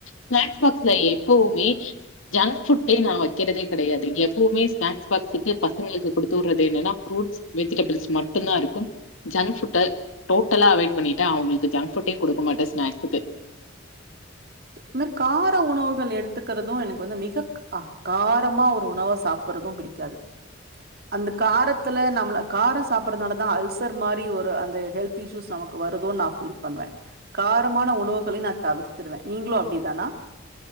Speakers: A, on the left; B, on the right.
A: ஸ்நாக்ஸ் பாக்ஸ்ல எப்பவுமே ஜங்க் ஃபுட்டே நான் வைக்கறதே கெடையாது எப்பவுமே ஸ்நாக்ஸ் பாக்சுக்கு பசங்களுக்கு கொடுத்து விடறது என்னன்னா ஃப்ரூட்ஸ் வெஜிடபிள்ஸ் மட்டும்தான் இருக்கும் ஜங்க் ஃபுட்டை டோட்டலா அவாய்ட் பண்ணிட்டேன் அவங்களுக்கு ஜங்க் ஃபுட்டையும் குடுக்க மாட்டேன் ஸ்நாக்ஸுக்கு
B: இந்த கார உணவுகள் எடுத்துக்கறதும் எனக்கு வந்து மிக காரமா ஒரு உணவ சாப்படுறதும் பிடிக்காது அந்த காரத்துல நம்மள காரம் சாப்படுறதுனாலதான் அல்சர் மாரி ஒரு அந்த ஹெல்த் இஸ்யூஸ் நமக்கு வருதோ நான் ஃபீல் பண்ணுவேன் காரமான உணவுகளை நான் தவிர்த்துடுவேன் நீங்களும் அப்படி தானா